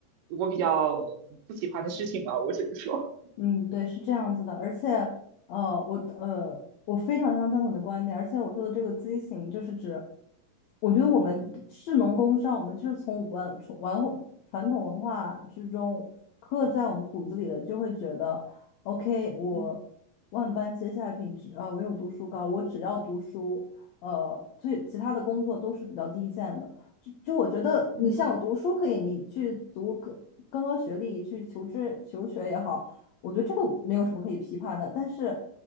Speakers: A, on the right (about 80°); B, on the left (about 80°).
A: 我比较不喜欢的事情吧，我只能说，
B: 嗯，对，是这样子的，而且，呃，我呃，我非常非常赞同你的观点，而且我说的这个畸形，就是指，我觉得我们士农工商，
A: 嗯
B: 我们就是从文从文传统文化之中刻在我们骨子里的，就会觉得，OK，我万般皆下品，
A: 嗯
B: 只呃唯有读书高，我只要读书，呃，最其他的工作都是比较低贱的。就就我觉得，
A: 嗯
B: 你像读书可以，你去读更更高学历去求知求学也好。我觉得这个没有什么可以批判的，但是